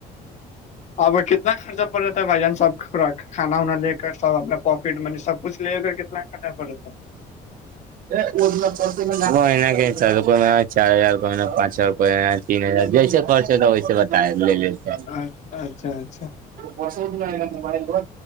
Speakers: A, on the left; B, on the right.
A: اب کتنا خرچہ پڑ رہتا ہے بھائی جان سب کو ر کھانا وا لے کر سب اپنا پاکٹ منی سب کچھ لے کر کتنا کرا پڑتا ہے
B: وہین کیا چال روپئے م چار ہزار رپ م پانچ ہزار رپئے تین ہزار جیسے پرچتا ویسے بتا لے لیتے
A: ہے اچھا اچھا
B: بس تو نہیں ن موبائل بہ